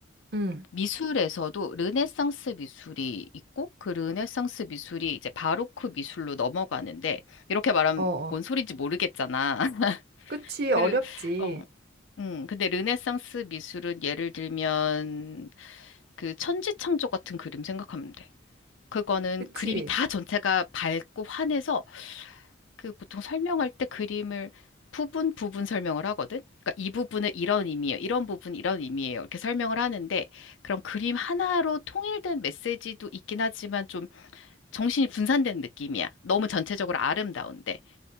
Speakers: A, on the right; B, on the left.
A: 응,
B: 미술에서도 르네상스 미술이 있고 그 르네상스 미술이 이제 바로크 미술로 넘어가는데 이렇게 말하면
A: 어, 어.
B: 뭔 소리인지 모르겠잖아. <laughs>
A: 그치,
B: 그,
A: 어렵지.
B: 어, 음, 근데 르네상스 미술은 예를 들면 그 천지창조 같은 그림 생각하면 돼. 그거는
A: 그치.
B: 그림이 다 전체가 밝고 환해서 그 보통 설명할 때 그림을 부분 부분 설명을 하거든. 그러니까 이 부분은 이런 의미예요. 이런 부분 이런 의미예요. 이렇게 설명을 하는데 그럼 그림 하나로 통일된 메시지도 있긴 하지만 좀 정신이 분산된 느낌이야. 너무 전체적으로 아름다운데.